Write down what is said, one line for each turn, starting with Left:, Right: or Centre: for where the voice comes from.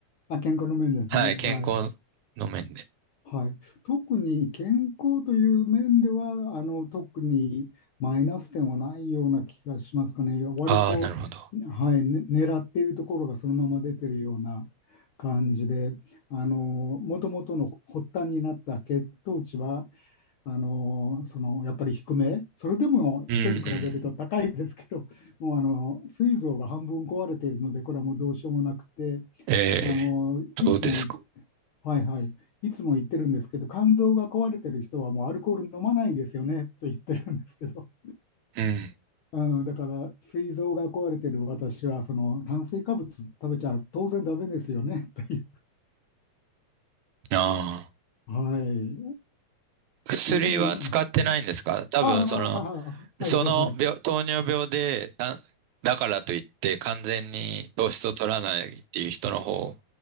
Left: あ、健康の面ですね。
Right: はい、健康の面で。
Left: はい。はい、特に健康という面ではあの特にマイナス点はないような気がしますかね。割と、
Right: ああ、なるほど。
Left: はい、ね、狙っているところがそのまま出てるような感じで、あの元々の発端になった血糖値はあのそのやっぱり低め、それでも人に比べると高いですけど、
Right: うんうん。
Left: もうあの膵臓が半分壊れているので、これはもうどうしようもなくて、
Right: ええ、
Left: あのいつも
Right: そうですか。
Left: はいはい。いつも言ってるんですけど、肝臓が壊れてる人はもうアルコール飲まないですよねと言ってるんですけど、
Right: うん。
Left: うん、だから、膵臓が壊れてる私は、その炭水化物食べちゃ当然ダメですよねという。
Right: ああ。
Left: はい。
Right: 薬は使ってないんですか多分、
Left: ダメなのが。ああ、
Right: その、
Left: ははいはいはい。
Right: その病、糖尿病で、だ、だからといって完全に糖質を取らないっていう人の方、